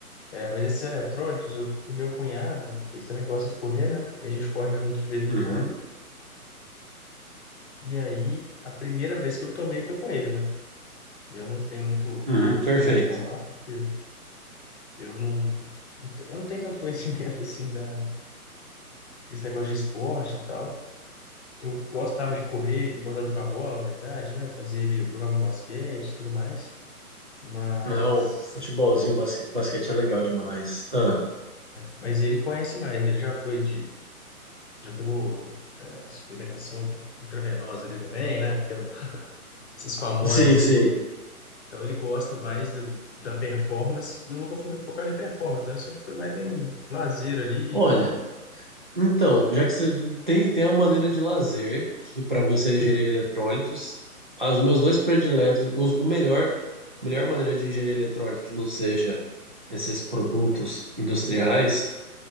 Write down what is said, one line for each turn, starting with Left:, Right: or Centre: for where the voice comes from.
Left: É, mas esses eletrônicos, eu- o meu cunhado, ele também gosta de correr, né? A gente corre junto de vez em
Right: uhum,
Left: quando. E aí, a primeira vez que eu tomei foi com ele, né? Eu não tenho muito
Right: uhum,
Left: costume
Right: perfeito.
Left: de tomar, porque eu não, eu não tenho tanto conhecimento, <laughs> assim, da, esse negócio de esporte e tal. Eu gostava de correr, eu gostava de jogar bola, na verdade, né? Eu fazia ele, eu jogava um basquete e tudo mais. Mas,
Right: Não, futebolzinho, basque, basquete é legal demais. Ah,
Left: mas ele conhece mais, ele já foi de, já tomou é, suplementação intravenosa ali também, né? Aquelas, essas famosas
Right: sim, sim.
Left: aí. Então ele gosta mais do, da performance, e eu nunca fui muito focado em performance, né? Eu sempre fui mais em lazer ali
Right: Olha,
Left: e tal.
Right: Então, já que você tem, tem a maneira de lazer, que para você é ingerir
Left: Uhum,
Right: eletrólitos, os meus dois prediletos, os- o melhor, melhor maneira de ingerir eletrólito que não seja esses produtos industriais